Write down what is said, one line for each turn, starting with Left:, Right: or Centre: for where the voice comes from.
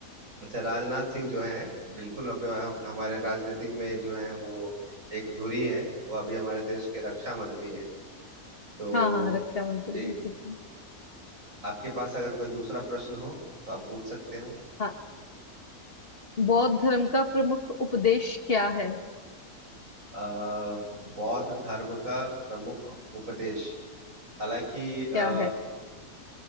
Right: अच्छा राजनाथ सिंह जो है बिल्कुल अब हम, हमारे राजनीतिक में जो है वो एक धुरी है वो अभी हमारे देश के रक्षा मंत्री है तो
Left: हाँ हाँ रक्षा मंत्री
Right: जी
Left: ठीक है
Right: आपके पास अगर कोई दूसरा प्रश्न हो तो आप पूछ सकते हो
Left: हाँ बौद्ध धर्म का प्रमुख उपदेश क्या है
Right: अ, बौद्ध धर्म का प्रमुख उपदेश हालांकि अ,
Left: क्या